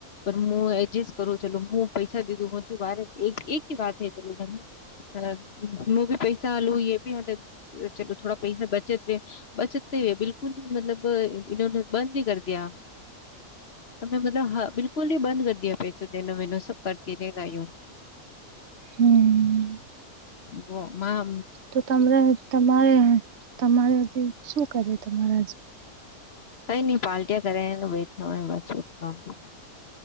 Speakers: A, on the left (about 45°); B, on the right (about 60°).
A: પણ મુ એડજસ્ટ કરુ છું એટલે મુ. પૈસા દે દું હો છું બાર એક એક વાત હૈ ચલો ઘર મેં. અ નોભી પૈસા હાલું એ ભી હાલે. ચલો થોડા પૈસા બચત વે બચત ક બિલકુલ મતલબ એ. બંધ હિ કર દિયા. તમેં મતલબ હ બલકુલ હિ બંધ કર દિયા પૈસા દેના મેનુ સબ કરતી રહે ગયું.
B: હમ
A: હ મા.
B: તો તમરે તમારે તમારે શું કરયુ તમારા.
A: કઈ નઈ પલ્ટીયા કરે બેઠય બસ.